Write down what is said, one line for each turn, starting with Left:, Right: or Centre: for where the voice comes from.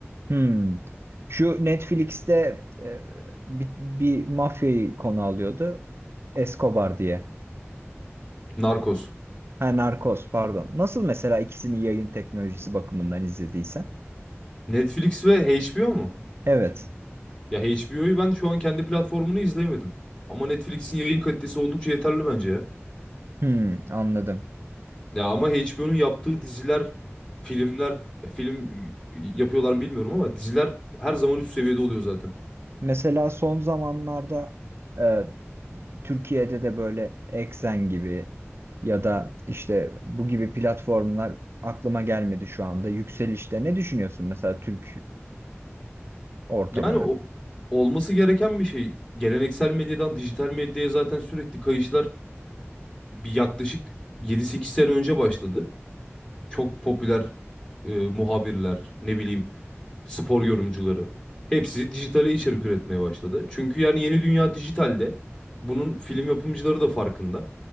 Right: Hmm. Şu Netflix'te e, bir, bir mafyayı konu alıyordu. Escobar diye.
Left: Narcos.
Right: Ha Narcos pardon. Nasıl mesela ikisini yayın teknolojisi bakımından izlediysen?
Left: Netflix ve HBO mu?
Right: Evet.
Left: Ya HBO'yu ben şu an kendi platformunu izleyemedim. Ama Netflix'in yayın kalitesi oldukça yeterli bence ya.
Right: Hmm, anladım.
Left: Ya ama HBO'nun yaptığı diziler, filmler, ya film yapıyorlar mı bilmiyorum ama diziler her zaman üst seviyede oluyor zaten.
Right: Mesela son zamanlarda e, Türkiye'de de böyle Exxen gibi ya da işte bu gibi platformlar aklıma gelmedi şu anda. Yükselişte ne düşünüyorsun mesela Türk ortamını?
Left: Yani o olması gereken bir şey. Geleneksel medyadan dijital medyaya zaten sürekli kayışlar bir yaklaşık yedi sekiz sene önce başladı. Çok popüler e, muhabirler, ne bileyim spor yorumcuları. Hepsi dijitale içerik üretmeye başladı. Çünkü yani yeni dünya dijitalde. Bunun film yapımcıları da farkında.